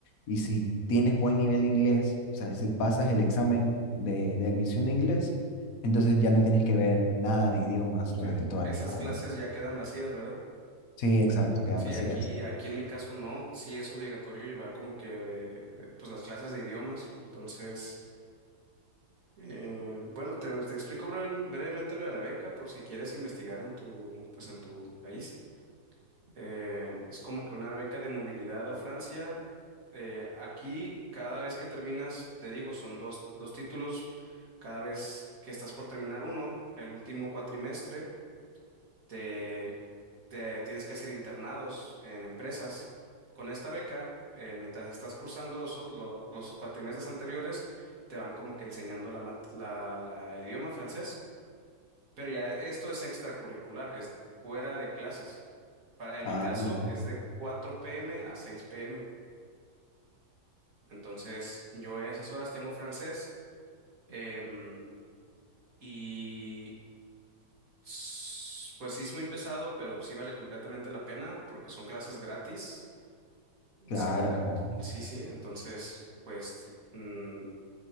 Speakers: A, on the left; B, on the right.
A: Y si tienes buen nivel de inglés, o sea, si pasas el examen de, de admisión de inglés, entonces ya no tienes que ver nada de idiomas durante
B: Sí,
A: toda
B: esas
A: la carrera.
B: clases ya quedan vacías, ¿verdad?
A: Sí, exacto, quedan
B: Sí,
A: vacías.
B: aquí, aquí en mi caso no, sí es obligatorio llevar como que, eh, pues las clases de idiomas. Entonces, eh, bueno, te, te explico breve- brevemente lo de la beca por si quieres investigar en tu, pues en tu país. Eh, es como que una beca de movilidad a Francia. Eh, aquí, cada vez que terminas, te digo, son dos, dos títulos. Cada vez que estás por terminar uno, el último cuatrimestre. te, te tienes que hacer internados en empresas. Con esta beca, eh, mientras estás cursando los, o- lo- los cuatrimestres anteriores, te van como que enseñando la mat- la- la- el idioma francés, pero ya e, esto es extracurricular, es fuera de clases. Para, en
A: Ah,
B: mi caso,
A: ya,
B: es de 4 p.m. a 6 p.m. Entonces, yo a esas horas tengo francés em, y s- pues sí es muy pesado, pero sí vale completamente la pena porque son clases gratis
A: claro,
B: O sea, ya,
A: claro,
B: sí, sí, entonces, pues, mm,